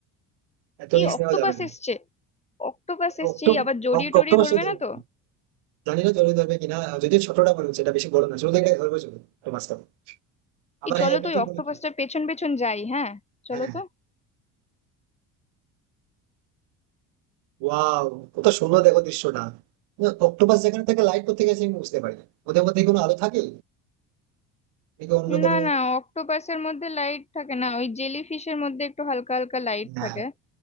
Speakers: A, on the right; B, on the left.
A: এত
B: এই
A: রিস্ক
B: অক্টোপাস
A: নেওয়া যাবে না
B: এসছে অক্টোপাস এসছে
A: অক্টো-
B: এই আবার জড়িয়ে
A: অক-
B: টড়িয়ে
A: অক্টোবর
B: ধরবে
A: শুধু ধরবে
B: না তো
A: চলে জানি না চলে ধরবে কিনা যদি ছোটটা বলবে সেটা বেশি বড় না শুধু একটা ধরবে চলে একটু মাঝখানে আবার
B: এই
A: হ্যাঁ
B: চলো
A: এটা
B: তো ওই
A: ঠিক
B: অক্টোপাসটার
A: বলেছো
B: পেছন পেছন যাই হ্যাঁ চলো
A: হ্যাঁ
B: তো
A: ওয়াও কত সুন্দর দেখো দৃশ্যটা না, অক্টোপাস যেখানে থেকে লাইট করতে গেছে আমি বুঝতে পারি না ওদের মধ্যে কি কোনো আলো থাকে নাকি অন্য কোনো
B: না না অক্টোপাসের মধ্যে লাইট থাকে না ওই জেলি ফিশের মধ্যে একটু হালকা হালকা লাইট
A: না
B: থাকে